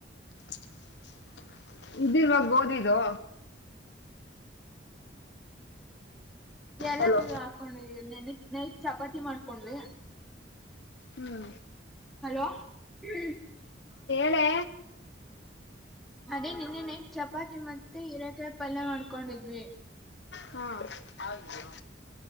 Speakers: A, on the left (about 65°); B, in the centre.
A: ಪ್ಚ್ ಇದಿಲ್ವಾ ಗೋಧಿದು
B: ಎಲ್ಲ
A: ಹಲೋ
B: ಮೀ ಹಾಕೊಂಡಿದಿವಿ ನೆನಕಿ ನೈಟ್ ಚಪಾತಿ ಮಾಡ್ಕೊಂಡಡ್ವಿ
A: ಹು
B: ಹಲೋ ಹಂಕ್ಕ
A: ಹೇಳೇ
B: ಅದೇ ನಿನ್ನೆ ನೈಟ್ ಚಪಾತಿ ಮತ್ತೆ ಹೀರೆಕಾಯಿ ಪಲ್ಯ ಮಾಡ್ಕೊಂಡಿದ್ವಿ
A: ಹಾ ಹಾಯ್ ಬ್ರೋ